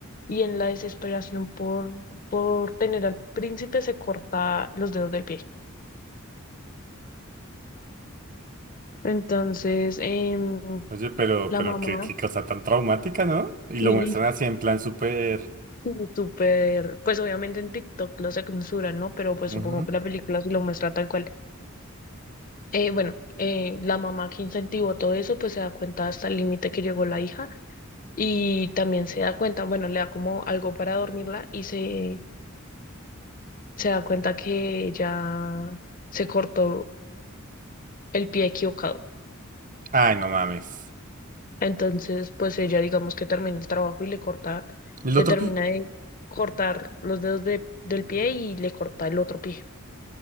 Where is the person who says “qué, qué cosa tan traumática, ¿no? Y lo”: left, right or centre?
Right